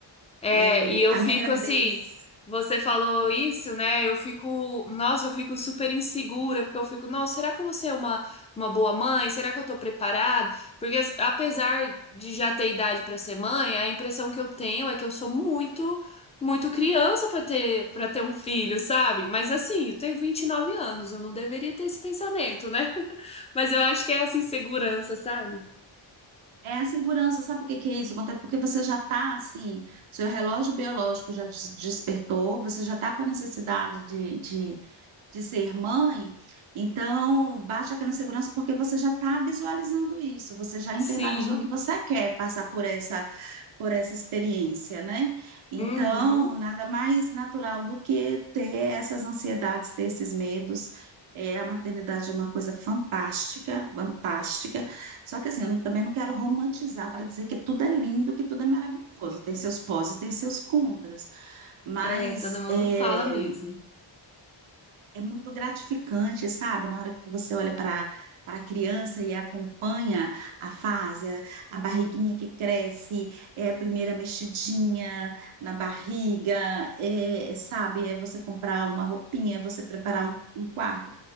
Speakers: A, on the left; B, on the right.
A: É,
B: É,
A: e eu
B: a
A: fico
B: minha gravidez
A: assim, você falou isso, né? Eu fico, nossa, eu fico super insegura, porque eu fico, nossa, será que eu vou ser uma, uma boa mãe? Será que eu tô preparada? Porque as- apesar de já ter idade para ser mãe, a impressão que eu tenho é que eu sou muito, muito criança para ter, para ter um filho, sabe? Mas assim, eu tenho 29 anos, eu não deveria ter esse pensamento, né? <laughs> Mas eu acho que é essa insegurança, sabe?
B: é a segurança, sabe por que que é isso? Acontece porque você já está assim, seu relógio biológico já des- despertou, você já está com a necessidade de de de ser mãe, então bate aquela insegurança porque você já está visualizando isso, você já internalizou
A: Sim.
B: que você quer passar por essa por essa experiência, né? Então,
A: Uhum.
B: nada mais natural do que ter essas ansiedades, ter esses medos. É, a maternidade é uma coisa fantástica, fantástica. Só que assim, eu não- também não quero romantizar para dizer que tudo é lindo, que tudo é maravilhoso. Tem seus pós e tem seus contras. Mas
A: É, todo mundo
B: é,
A: fala mesmo.
B: é muito gratificante, sabe? Na hora que você olha para para a criança e acompanha a fase, a, a barriguinha que cresce, é a primeira mexidinha na barriga, é, é, sabe? É você comprar uma roupinha, é você preparar um, um quarto.